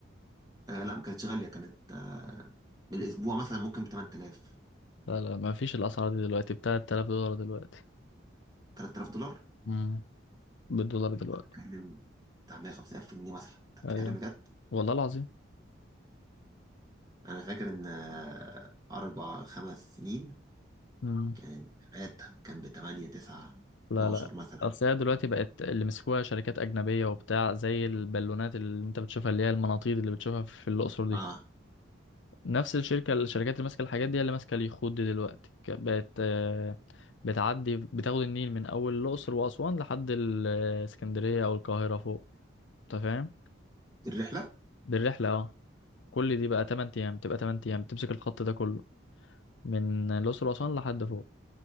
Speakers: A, on the right; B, on the left.
A: آه لا ما كانتش غاليه كانت آه بالاسبوع مثلا ممكن ب 8000
B: لا لا ما فيش الأسعار دي دلوقتي ب 3000 دولار دلوقتي
A: 3000 دولار
B: امم بالدولار دلوقتي
A: أنت بتتكلم بتاع 150000 جنيه مثلا أنت بتتكلم
B: ايوه
A: بجد
B: والله العظيم
A: أنا فاكر إن آه، أربع خمس سنين
B: مم.
A: كانت الرحلات كان بتمانية تسعة
B: لا
A: 12
B: لا
A: مثلا
B: اصل هي دلوقتي بقت اللي مسكوها شركات اجنبيه وبتاع زي البالونات اللي انت بتشوفها اللي هي المناطيد اللي بتشوفها في الاقصر دي
A: أه
B: نفس الشركه الشركات اللي ماسكه الحاجات دي هي اللي ماسكه اليخوت دي دلوقتي ك- بقت آه، بتعدي بتاخد النيل من اول الاقصر واسوان لحد الاسكندريه او القاهره فوق انت فاهم
A: دي الرحلة
B: بالرحله اه كل دي بقى 8 ايام تبقى 8 ايام تمسك الخط ده كله من الاقصر واسوان لحد فوق